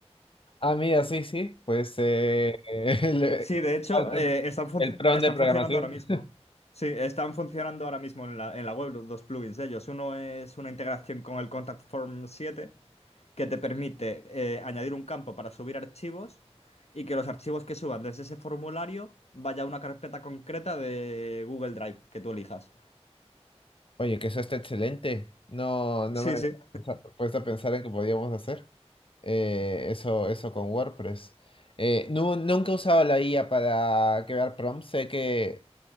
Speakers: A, on the left (about 55°); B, on the left (about 70°).
A: Ah, mira, sí, sí. Pues eh, <laughs> el,
B: Sí, de hecho, eh, están, func-
A: el prompt
B: están
A: de programación.
B: funcionando ahora mismo. Sí, están funcionando ahora mismo en la, en la web los dos plugins de ellos. Uno es una integración con el Contact Form 7 que te permite eh, añadir un campo para subir archivos y que los archivos que suban desde ese formulario vaya a una carpeta concreta de Google Drive que tú elijas.
A: Oye, que eso está excelente. No, no
B: Sí,
A: me había
B: sí.
A: pensa- puesto a pensar en que podíamos hacer eh, eso, eso con WordPress. Eh, nu- nunca he usado la IA para crear prompts. Sé que,